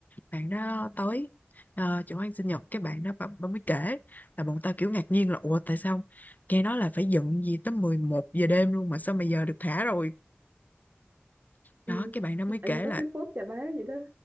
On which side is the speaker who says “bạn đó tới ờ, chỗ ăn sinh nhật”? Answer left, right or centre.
Left